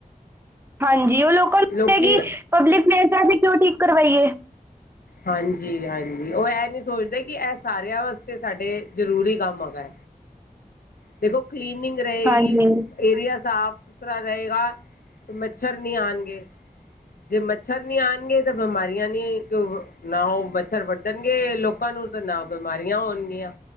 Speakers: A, on the right; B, on the left.
A: ਹਾਂਜੀ ਉਹ ਲੋਕਾਂ ਨੂੰ
B: ਲੋਕੀ
A: ਲਗਦਾ ਹੈ ਕਿ ਪਬਲਿਕ ਪਲੇਸ ਹੈ ਵੀ ਕਿਉਂ ਠੀਕ ਕਰਵਾਈਏ।
B: ਹਾਂਜੀ-ਹਾਂਜੀ ਉਹ ਇਹ ਨੀ ਸੋਚਦੇ ਕਿ ਇਹ ਸਾਰਿਆਂ ਵਾਸਤੇ ਸਾਡੇ ਜ਼ਰੂਰੀ ਕੰਮ ਹੈਗਾ। ਦੇਖੋ ਕਲੀਨਿੰਗ ਰਹੇਗੀ।
A: ਹਾਂਜੀ
B: ਏਰੀਆ ਸਾਫ਼ ਸੁਥਰਾ ਥੋੜਾ ਰਹੇਗਾ ਮੱਛਰ ਨਹੀਂ ਆਂਣਗੇ। ਜੇ ਮੱਛਰ ਨਹੀਂ ਆਉਣਗੇ ਤਾਂ ਬਿਮਾਰੀਆਂ ਨਹੀਂ ਨਾ ਉਹ ਮੱਛਰ ਵੱਢਣਗੇ ਲੋਕ ਲੋਕਾਂ ਨੂੰ ਤਾਂ ਨਾ ਬਿਮਾਰੀਆਂ ਹੋਣਗੀਆਂ